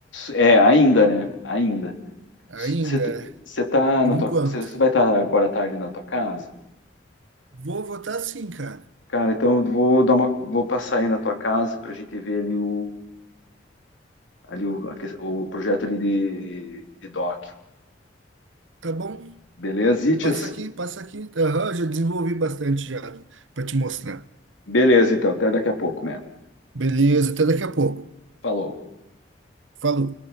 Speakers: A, on the left; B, on the right.
A: É, ainda, né? Ainda.
B: Ainda,
A: Você
B: é.
A: você tá
B: por
A: na
B: enquanto.
A: tua. Você você vai estar agora à tarde na tua casa?
B: Vou votar sim, cara.
A: Cara, então eu vou dar uma. Vou passar aí na tua casa pra gente ver ali o. Ali o, a que- o projeto ali de, de doc.
B: Tá bom?
A: Beleza, Itias?
B: Passa aqui, passa aqui. Aham, já desenvolvi bastante já para te mostrar.
A: Beleza, então. Até daqui a pouco, man.
B: Beleza, até daqui a pouco.
A: Falou.
B: Falou.